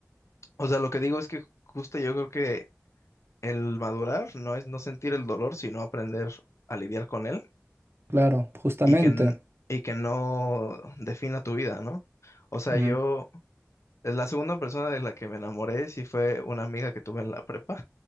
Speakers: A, on the left (about 65°); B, on the right (about 45°).
A: o sea, lo que digo es que justo yo creo que el madurar no es no sentir el dolor, sino aprender a lidiar con él
B: Claro, justamente.
A: y que, n- y que no defina tu vida, ¿no? O sea,
B: Mm,
A: yo, la segunda persona de la que me enamoré sí fue una amiga que tuve en la prepa